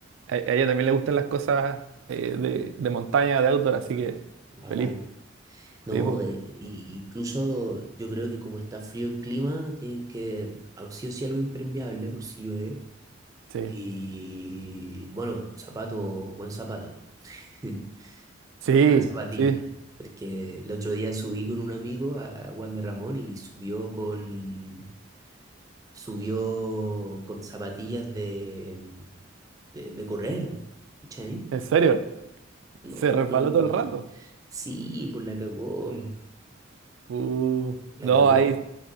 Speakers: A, on the right (about 75°); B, on the right (about 15°).
A: A, a ella también le gustan las cosas eh, de, de montaña, de outdoor, así que
B: Bacán.
A: feliz,
B: No,
A: tipo.
B: de, y- incluso yo creo que como está frío el clima, tienen que, ah, sí o sí, algo impermeable por si llueve.
A: Sí.
B: Y bueno, zapato, buen zapato, <laughs>
A: Sí,
B: buena zapatilla.
A: sí, sí,
B: Porque el otro día subí con un amigo a Juan de Ramón y subió con, subió con zapatillas de, de, de correr. ¿Cachai?
A: en serio.
B: No,
A: Se resbaló
B: man.
A: todo el rato.
B: Sí, pues la cagó,
A: Uh,
B: la
A: no,
B: cagó.
A: ahí,